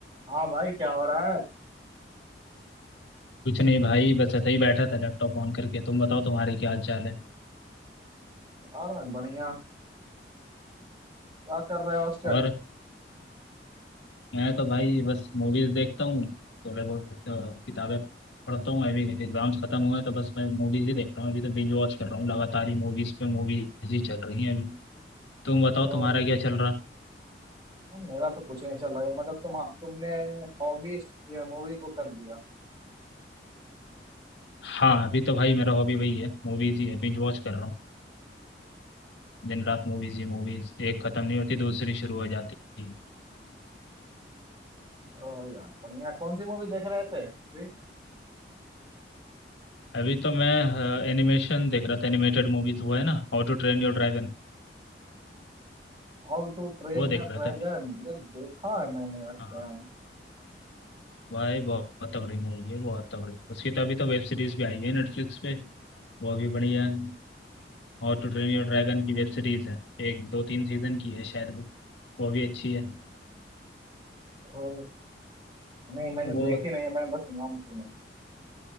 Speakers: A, on the right (about 25°); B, on the left (about 85°).
A: हाँ भाई क्या हो रहा है
B: कुछ नहीं भाई बस ऐसे ही बैठा था लैपटॉप ऑन करके तुम बताओ तुम्हारी क्या हाल चाल है
A: यार मैं बढ़िया क्या कर रहे हो आजकल
B: और मैं तो भाई बस मूवीज देखता हूँ थोड़े बहुत अ, किताबें पढ़ता हूँ अभी एग्जाम्स खत्म हुए हैं, तो बस मैं मूवीज ही देख रहा हूँ अभी तो बिंज वॉच कर रहा हूँ लगातार ही मूवीज पे मूवीज ही चल रही हैं अभी तुम बताओ
A: और
B: तुम्हारा क्या चल रहा
A: और मेरा तो कुछ नहीं चल रहा है मतलब तुम तुमने हॉबी ये मूवी को कर दिया
B: हाँ अभी तो भाई मेरा हॉबी वही है मूवीज ही है बिंज वॉच कर रहा हूँ दिन रात मूवीज ही मूवीज एक खत्म नहीं होती दूसरी शुरू हो जाती है।
A: ओ यार बढ़िया कौन सी मूवी देख रहे थे भी
B: अभी तो मैं एनिमेशन देख रहा था एनिमेटेड मूवीज वो है ना how to train your dragon
A: How to Train
B: वो देख
A: Your
B: रहा
A: Dragon
B: था
A: ये देखा है मैंने लगता
B: हाँ हाँ।
A: है
B: भाई बहुत बहुत तगड़ी मूवी है बहुत तगड़ी उसकी तो अभी तो वेब सीरीज भी आई हुई है नेटफ्लिक्स पे वो भी बढ़िया है How to train your dragon की वेब सीरीज है एक दो तीन सीजन की है शायद वो वो भी अच्छी है
A: ओ नहीं मैंने
B: वो
A: देखी नहीं है मैंने बस नाम सुना